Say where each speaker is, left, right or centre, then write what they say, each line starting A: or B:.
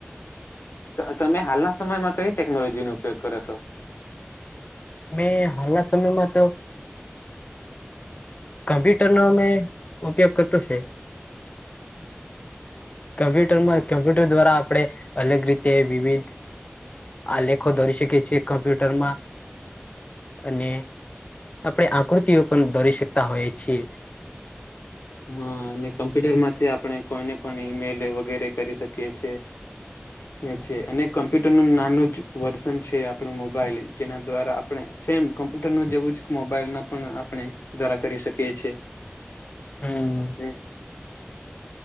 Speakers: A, on the left; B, on the left.
A: તમે હાલના સમયમાં કઈ ટેકનોલોજીનો ઉપયોગ કરો છો?
B: મેં હાલના સમયમાં તો કમ્પ્યુટરનો મેં ઉપયોગ કરતો છે. કમ્પ્યુટર
A: હ
B: માં કમ્પ્યુટર દ્વારા આપણે અલગ રીતે તે વિવિધ આ લેખો દરી શકે છીએ કમ્પ્યુટર માં. અને આપણે આકૃતિઓ પણ દોરી શકતા હોઈએ છીએ.
A: હા અને કમ્પ્યુટર માંથી આપણે કોઈને પણ ઈમેલ વગેરે કરી શકીએ છે. એ છે અને કમ્પ્યુટર ન નાનું જ વર્ઝન છે આપણું મોબાઈલ જેના દ્વારા આપણે સેમ કોમ્પ્યુટર ન જેવું જ મોબાઈલ ના પણ આપણે દ્વારા કરી શકીએ છીએ.
B: હમ્મ.
A: હ